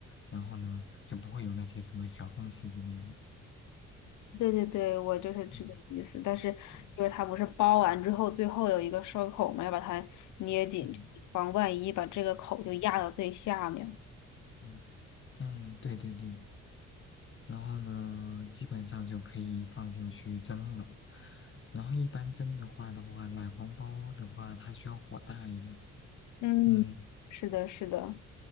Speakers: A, on the left (about 35°); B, on the left (about 55°).
A: 然后呢就不会有那些什么小缝隙之类的。
B: 对对对，我就是这个意思。
A: 嗯
B: 但是就是它不是包完之后，
A: 嗯
B: 最后有一个收口嘛，要把它捏紧，
A: 嗯
B: 就以防万一，把这个口就压到最下面。
A: 嗯嗯嗯，对对对，然后呢，基本上就可以放进去蒸了。然后一般蒸的话的话，奶黄包的话，它需要火大一点。
B: 嗯，
A: 嗯
B: 是的，是的，